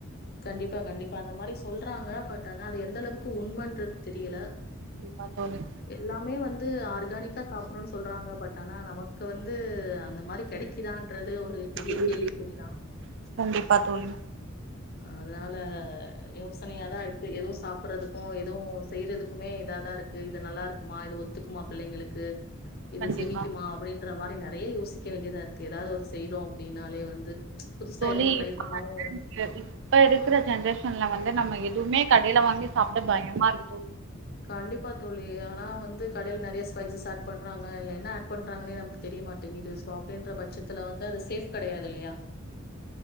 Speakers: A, on the left; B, on the right.
A: கண்டிப்பா கண்டிப்பா அந்த மாரி சொல்றாங்க பட் ஆனா அது எந்த அளவுக்கு உண்மைன்றது தெரியல
B: பாத்தோனே
A: எல்லாமே வந்து ஆர்கானிக்கா சாப்பிடணும்ன்னு சொல்றாங்க பட் ஆனா நமக்கு வந்து அந்த மாரி கிடைக்குதான்றது ஒரு பெரிய
B: ம்
A: கேள்விக்குறிதான்.
B: ம் கண்டிப்பா தோழி
A: அதனால யோசனையாதா இருக்கு எதுவு சாப்பிறதுக்கும் எதுவு செய்யறதுக்குமே இதாதா இருக்கு இது நல்லா இருக்குமா இது ஒத்துக்குமா பிள்ளைங்களுக்கு இது
B: கண்டிப்பா
A: செமிக்குமா அப்டின்ற மாரி நிறைய யோசிக்க வேண்டியதா இருக்கு ஏதாவது ஒரு செய்யறோ அப்டின்னாலே வந்து புதுசா
B: தோழி
A: எதுவும் ட்ரை
B: இப்ப
A: பண்ணவும்
B: வர்ரேன்
A: இல்ல.
B: த்து இப்ப இருக்கிற ஜென்ரேஷன்ல வந்து நம்ம எதுவுமே கடையில வாங்கி சாப்பிட பயமா இருக்குத
A: கண்டிப்பா தோழி ஆனா வந்து கடையில நெறையா ஸ்பைசஸ் ஆட் பண்றாங்க இதுலயென்ன பண்றாங்களே நமக்கு தெரிய மாட்டேங்குது அப்டின்ற பட்சத்துல வந்து அது சேஃப் கிடையாது இல்லையா